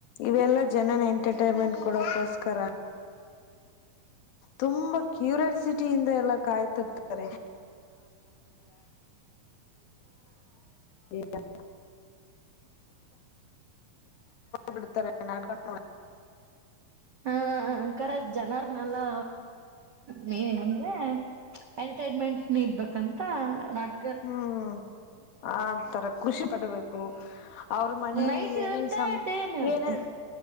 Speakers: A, on the left (about 80°); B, on the right (about 70°).
A: ಇವೆಲ್ಲಾ ಜನನಾ ಎಂಟರ್ಟೈನ್ಮೆಂಟ್ ಕೊಡೋಕೋಸ್ಕರ ತುಂಬಾ ಕ್ಯೂರಿಯಾಸಿಟಿ ಇಂದ ಎಲ್ಲ ಕಾಯ್ತಿರ್ತಾರೆ <inaudible> ಬಿಡ್ತಾರೆ ನಾಟಕ
B: ಹಾ ಕರೆಕ್ಟ್ ಜನಾರ್ ನೆಲ್ಲಾ ನೀ ಅಂದ್ರೆ ಎಂಟರ್ಟೈನ್ಮೆಂಟ್ ನೀಡ್ಬೇಕಂತ ನಾಟ
A: ಹ್ಮ್ ಆ ತರ ಖುಷಿ ಪಡ್ಬೇಕು ಅವ್ರ ಮನೆಯಲ್ಲಿ
B: ನೈಟ್
A: ಏನೇನ್
B: ಇರುತ್ತೆ
A: ಸಮ
B: ಡೇನ್ ಇರುತ್ತೆ
A: ಏನೇನ್